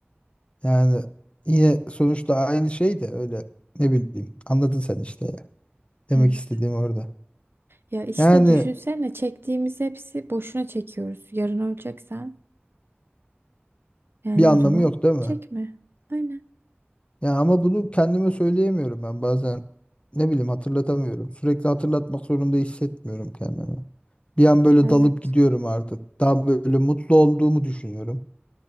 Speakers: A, on the left; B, on the right.
A: Yani yine sonuçta aynı şey de öyle ne bileyim anladın sen işte ya. Demek
B: Evet.
A: istediğim orada.
B: Ya işte
A: Yani
B: düşünsene çektiğimiz hepsi boşuna çekiyoruz. Yarın öleceksen yani
A: bir anlamı
B: o zaman
A: yok değil mi?
B: çekme. Aynen.
A: Ya ama bunu kendime söyleyemiyorum ben bazen ne bileyim hatırlatamıyorum. Sürekli hatırlatmak zorunda hissetmiyorum kendimi. Bir an böyle
B: Evet.
A: dalıp gidiyorum artık. Daha böyle mutlu olduğumu düşünüyorum.